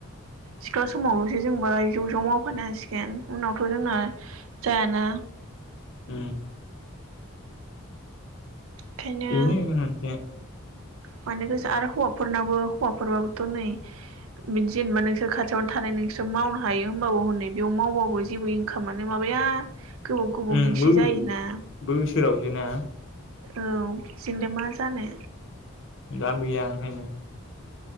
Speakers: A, on the right; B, on the left.
A: सिख्ला समावल'सो जोंबो ज' ज' मावफानांसिगोन उनावथ' जोंना जायाना
B: उम
A: ओंखायनो
B: बिनि उम उम
A: मानो गोसो आरो हौवाफोरनाबो हौवाफोश्रबाबोथ' नायो जेनेबा नोंसोर खाथियावनो थानाय नोंसोर मावनो हायो होमबाबो हनै बेयाव मावबाबो जेबो इनकामानो म- नो गोबाव गोबावजोंसो
B: उम बो
A: जायोना
B: बोसोरावसोना
A: औ बिदिजोंलाय मा जानो
B: दाम गैया ओंखायनो